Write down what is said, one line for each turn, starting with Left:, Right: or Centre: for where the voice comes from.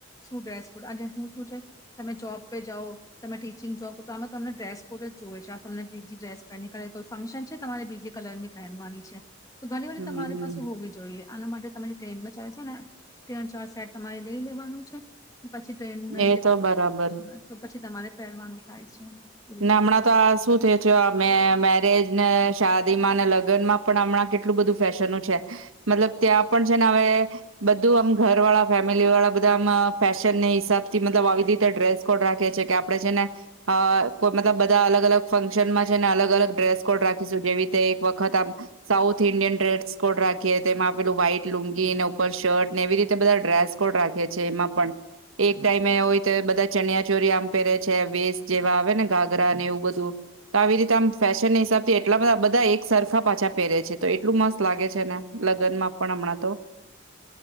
Left: શું ડ્રેસ કોડ આજે હું શું છે તમે જોબ પે જાઓ તમે ટીચિંગ જો તો આ તમને ડ્રેસ કોડ જ જોયવે છે તમને બીજી ડ્રેસ પહેની કરે કોઈ ફંક્શન છે તમારે બીજી કલર ની પહેનવાની છે તો ઘણી બધ
Right: હમ્મ
Left: તમારી પાસે હોવી જોઈએ આના માટે તમારી ટ્રેનમાં ચાલે છે ને ત્રણ ચાર સાઈડ તમારે લઈ લેવાનું છે પછી ટ્રેનમાં
Right: એ
Left: જ
Right: તો બરાબર
Left: તો પછી તમારે પહેરવાનું થાય છે એવી રીતે
Right: નામણા ત શું થ થ મેરેજ ને શાદીમાંને લગનમાં પણ હમણાં કેટલું બધું ફેશન છે મતલબ ત્યાં પણ છે ને હવે બધું આમ ઘર વાળા ફેમિલી વાળા બધામ ફેશન હિસાબ થી મતલબ આવી રીતે ડ્રેસ કોડ રાખે છે કે આપડે છે ને અ કોઈ મતલબ બધા અલગ અલગ ફંક્શનમાં છે ને અલગ અલગ ડ્રેસ કોડ રાખીશું જેવી રીતે એક વખત આમ સાઉથ ઈન્ડિયન ડ્રેસ કોડ રાખીએ તો એમાં આપેલું વ્હાઈટ લુંગી ને ઉપર શર્ટ ને એવી રીતે બધા ડ્રેસ કોડ રાખે છે એમાં પણ એક ટાઈમે એ હોય તો બધા ચનિયા ચોરી આમ પહેરે છે વેસ્ટ જેવા આવે ને ગાગરા ને એવું બધું તો આવી રીતે આમ ફેશન હિસાબથી એટલાધ બધા એક સરફા પાછા પહેરે છે તો એટલું મસ્ત લાગે છેને લગ્નમાં પણ હમણાં તો